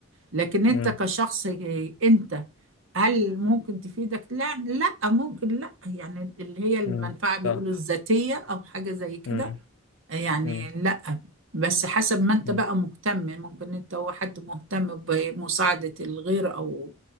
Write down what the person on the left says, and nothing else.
مم.
امم
صح
امم
امم
امم